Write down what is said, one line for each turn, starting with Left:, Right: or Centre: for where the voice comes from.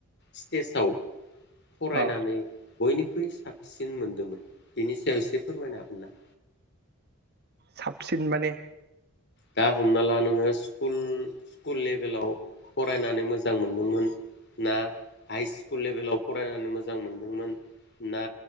Left: स्टेजाव फरायनानै
Right: औ
Left: बयनिख्रुइ साबसिन मोनदोंमोन बेनि सायाव एसे फोरमायनो हागोनना?
Right: साबसिन माने?
Left: दा हमना ला नोङो स्कुल स्कुल लेभेलाव फरायनानै मोजां मोनदोंमोन, ना हाइ स्कुल लेभेलाव फरायनानै मोजां मोनदोंमोन, ना